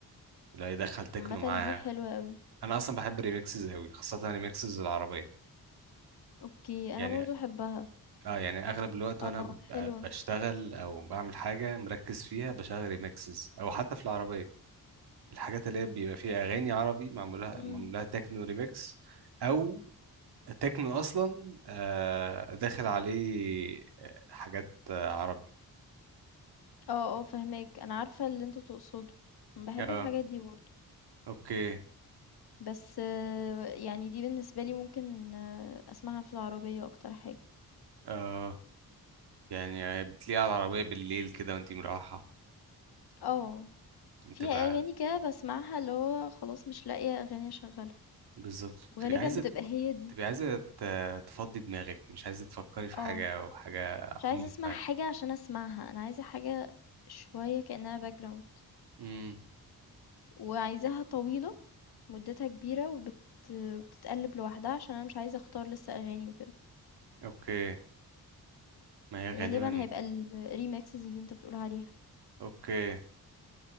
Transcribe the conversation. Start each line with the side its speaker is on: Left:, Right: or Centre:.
Right: لا يدخل تكنو
Left: عامة
Right: معاها
Left: دي حلوة قوي
Right: انا اصلا بحب الريمكسز قوي خاصه الريمكسز العربيه
Left: اوكي
Right: يعني
Left: انا برضو احبها
Right: اه يعني اغلب الوقت
Left: اه
Right: وانا ب-
Left: حلوة
Right: بشتغل او بعمل حاجه مركز فيها بشغل ريمكسز او حتى في العربيه الحاجات اللي هي بيبقى فيها اغاني عربي معمولها
Left: امم
Right: معمولها تكنو ريميكس او تكنو اصلا آه، داخل عليه آه، حاجات آه، عربي
Left: اه اه فهماك انا عارفة اللي انتوا تقصده بحب
Right: اه
Left: الحاجات دي برضو
Right: اوكي
Left: بس آه، يعني دي بالنسبة لي ممكن آه، اسمعها في العربية اكتر حاجة
Right: اه يعني بتلاقيها على العربية بالليل كده وانتي مروحة
Left: اه
Right: بتبقى
Left: فيها اغاني كده بسمعها اللي هو خلاص مش لاقية اغاني اشغلها
Right: بالظبط
Left: وغالبا
Right: بتبقي عايزة
Left: بتبقى هي دي
Right: تبقي عايزة ت- تفضي دماغك مش عايزة تفكري في حاجة
Left: اه
Right: أو حاجة عميقة
Left: مش عايزة اسمع
Right: يعني.
Left: حاجة عشان اسمعها انا عايزة حاجة شوية كأنها background
Right: امم
Left: وعايزاها طويلة مدتها كبيرة وبت... بتتقلب لوحدها عشان أنا مش عايزة أختار لسه أغاني وكده
Right: اوكي ما هي غالبا
Left: غالبا هيبقى الريمكسز اللي أنت بتقول عليها
Right: اوكي